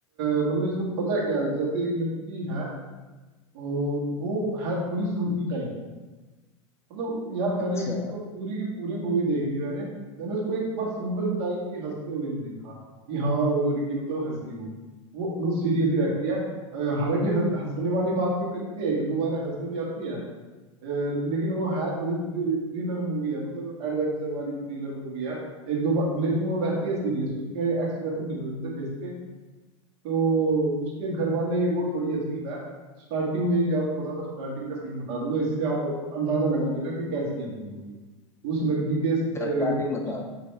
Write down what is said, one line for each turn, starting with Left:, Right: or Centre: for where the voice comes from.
Right: अ, मतलब इसमें पता है क्या है? जैसे एक लड़की है और वो है थोड़ी संकी टाइप मतलब यार मैंने
Left: अच्छा
Right: उसको पूरी की पूरी मूवी देख ली मैंने मैंने उसको एक बार सिंगल टाइम भी हंसते हुए नहीं देखा कि हाँ वो लड़की मतलब हंसी हो वो मतलब सीरियस ही रहती है अ, हालांकि ह- हंसने वाली बात भी करती है एक दो बार हंसी भी आती है अ, लेकिन वो है थोड़ी थ्रि, थ्रिलर मूवी है मतलब एडवेंचर वाली थ्रिलर मूवी है एक दो बार लेकिन वो रहती है सीरियस उसके एक्सप्रेशन नहीं बदलते फेस के तो उसके घर वाले वो थोड़ी अजीब है स्टार्टिंग में ही यार थोड़ा सा स्टार्टिंग का सीन बता दूंगा इससे आप अंदाजा लगा लेना कि कैसी है वो मूवी उस लड़की के अ, मतलब
Left: अच्छा स्टार्टिंग
Right: उस-
Left: बताओ